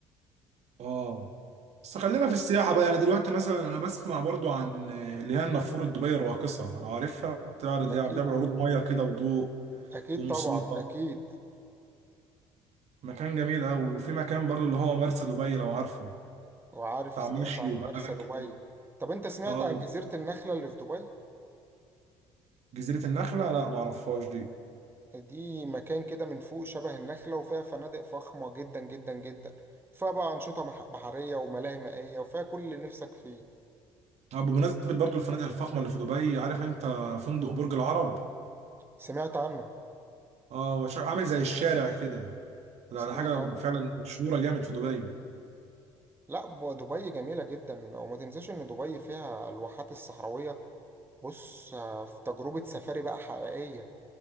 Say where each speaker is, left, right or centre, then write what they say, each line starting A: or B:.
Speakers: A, on the right; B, on the right.
A: اه بس خلينا في السياحة بقى يعني دلوقتي مثلا انا بسمع برضو عن اللي هي النافورة دبي الراقصة انا عارفها بتعرض
B: أكيد
A: يعني بتعمل عروض مية كده وضوء
B: أكيد
A: وموسيقى
B: طبعا أكيد
A: مكان جميل قوي وفي مكان برضو اللي هو مرسى دبي لو عارفه
B: وعارف
A: بتاع
B: سمعت
A: مشي
B: عن
A: واكل
B: مرسى دبي طب أنت سمعت
A: اه
B: عن جزيرة النخلة اللي في دبي؟
A: جزيرة النخلة لا ما اعرفهاش دي
B: دي مكان كده من فوق شبه النخلة وفيها فنادق فخمة جدا جدا جدا فيها بقى أنشطة مح- بحرية وملاهي مائية وفيها كل اللي نفسك فيه
A: اه بمناسبة برضو الفنادق الفخمة اللي في دبي عارف انت فندق برج العرب
B: سمعت عنه
A: اه هو شا- عامل زي الشارع كده ده
B: سمعت
A: ده حاجه
B: عنه
A: فعلا مشهوره جامد في دبي
B: لا ب- دبي جميلة جدا وما تنساش إن دبي فيها الواحات الصحراوية بص آه، في تجربة سفاري بقى حقيقية